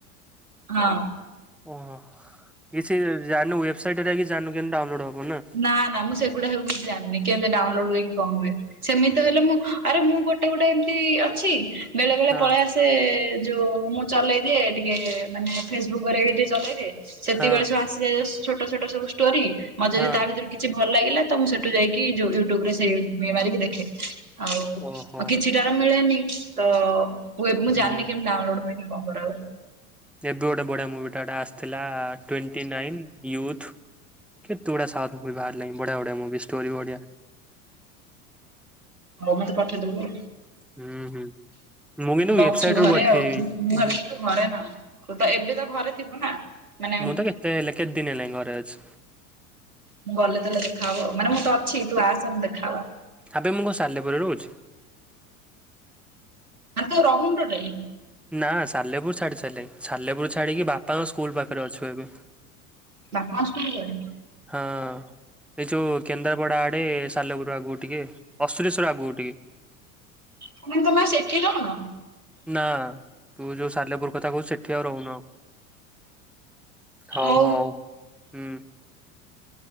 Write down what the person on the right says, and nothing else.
ହଁ।
ନା ନା ମୁଁ ସେଗୁଡା ସବୁ କିଛି ଜାଣିନି। କେନ୍ତି ଡାଉନଲୋଡ୍ ହୁଏ କି କଣ ହୁଏ। ସେମିତି ହେଲେ ମୁଁ ଆରେ ମୁଁ ଗୋ ଗୋଟେ ଗୋଟେ ଏମତି ଅଛି, ବେଳେ ବେଳେ
ପଳେଇ ଆସ ସେ ଯୋଉ ମୁଁ ଚଲେଇ ଦିଏ ଟିକେ ମାନେ ଫେସବୁକ୍ ହେରିକା ଟିକେ ଚଲେଇଦିଏ। ସେତିକିବେଳେ
ସବୁ ଆସିଯାଏ ଛୋଟ ଛୋଟ ସବୁ ଷ୍ଟୋରି। ମଝି
ସେଥିରୁ କିଛି ଭଲ ଲାଗିଲା ତ ମୁଁ ସେଠୁ ଯାଇକି ଯୋଉ ୟୁଟୁବ୍ ରେ ସେ ଇଏ ମାରିକି ଦେଖେ। ଆଉ
ଆଉ କିଛିଟାର ମିଳେନି। ତ ମୁଁ
ଜାଣିନି କେମତି ଡାଉନଲୋଡ୍ ହୁଏ କି କଣ କରା ହୁଏ।
ହଉ ମୋତେ ପଠେଇଦବୁ ଆଉ।
ତ
ଅଛୁ
ଘରେ
ଆଉ ତୁ ମୁଁ ଭାବିଛି ତୁ ଘରେ ନାହୁଁ। ତୁ ତ ଏବେ ତ ଘରେ ଥିବୁ ନା? ମାନେ
ମୁଁ ଗଲେ ତାହେଲେ ଦେଖା ହବ ଆଉ। ମାନେ ମୁଁ ତ ଅଛି ତୁ ଆସେ ଆମେ ଦେଖା ହବା।
ଆବେ ରହୁନୁ ଟୋଟାଲି।
ବାପା ଙ୍କ ସ୍କୁଲ୍। <unintelligible>
କଣ ତମେ ଆଉ ସେଠି ରହୁନ?
ଓହୋ